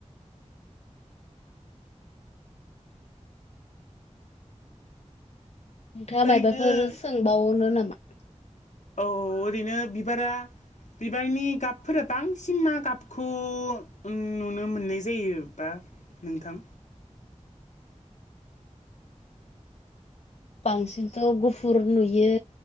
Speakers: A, on the left; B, on the left.
A: नोंथाङा
B: ओरैनो
A: मायबाफोर सोंबावनो नामा?
B: औ ओरैनो बिबारा बिबारनि गाबफोरा बांसिन मा गाबखौ उम नुनो मोननाय जायोबा? नोंथां
A: बांसिनथ' गुफुर नुयो